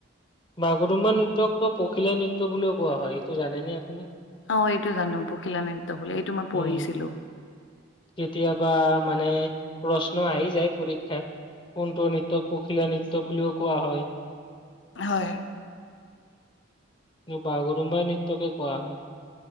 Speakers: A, on the left; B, on the left.
A: মাগুৰুমবা নৃত্যকতো পখিলা নৃত্য বুলিও কোৱা হয় এইটো জানেনে আপুনি।
B: অ এইটো জানো পখিলা নৃত্য বুলি এইটো মই পঢ়িছিলো।
A: উম কেতিয়াবা মানে প্ৰশ্ন আহি যায় পৰীক্ষাত। কোনটো নৃত্যক পখিলা নৃত্য বুলিও কোৱা হয়।
B: হয়।
A: বাগৰুমবা নৃত্যকে কোৱা হয়